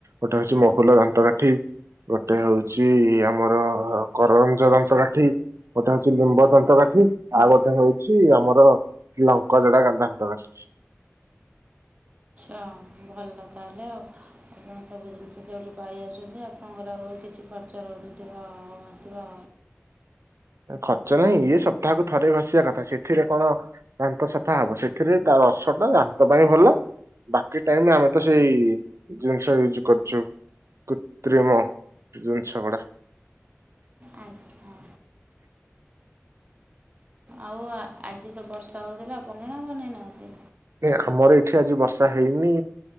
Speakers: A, on the right; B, on the right.
A: ଗୋଟେ ହଉଚି ମହୁଲ ଦାନ୍ତକାଠି। ଗୋଟେ ହଉଚି ଆମର କରଞ୍ଜ ଦାନ୍ତକାଠି। ଗୋଟେ ହଉଛି ଲିମ୍ବ ଦନ୍ତକାଠି ଆଉ ଗୋଟେ ହଉଚି ଆମର ଲଙ୍କଜଡ଼ା ଦାନ୍ତକାଠି।
B: ଅ ଭଲ ତାହେଲେ ଆଉ। ଆପଣ ସବୁ ଜିନିଷ ସେଇଠୁ ପାଇଯାଉଛନ୍ତି। ଆପଣଙ୍କର ଆଉ କିଛି ଖର୍ଚ୍ଚ ରହୁନଥିବ ହଉନଥିବ।
A: ଖର୍ଚ୍ଚ ନାହିଁ ଇଏ ସପ୍ତାହ କୁ ଥରେ ଘଷିବା କଥା, ସେଥିରେ କଣ ଦାନ୍ତ ସଫା ହବ। ସେଥିରେ ତାବରସ ଟା ଦାନ୍ତ ପାଇଁ ଭଲ। ବାକି ଟାଇମ୍ ଆମେ ତ ସେଇ ଜିନିଷ ୟୁଜ୍ କରୁଚୁ। କୃତ୍ରିମ ଜିନିଷ ଗୁଡ଼ା।
B: ଆଜ୍ଞା। ଆଉ ଆଜି ତ ବର୍ଷା ହଉଥିଲା। ବନେଇ ନା ବନେଇ ନାହାନ୍ତି?
A: ଏ ଆମର ଏଠି ଆଜି ବର୍ଷା ହେଇନି।